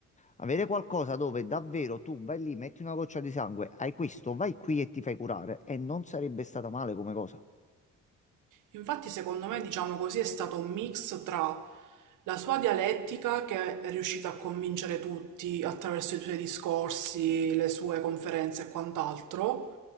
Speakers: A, on the left (about 25°); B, on the right (about 85°).
A: Avere qualcosa dove davvero tu vai lì, metti una goccia di sangue, hai questo, vai qui e ti fai curare, e non sarebbe stata male come cosa.
B: Infatti, secondo me, diciamo così, è stato un mix tra la sua dialettica, che è riuscita a convincere tutti attraverso i suoi discorsi, le sue conferenze e quant'altro,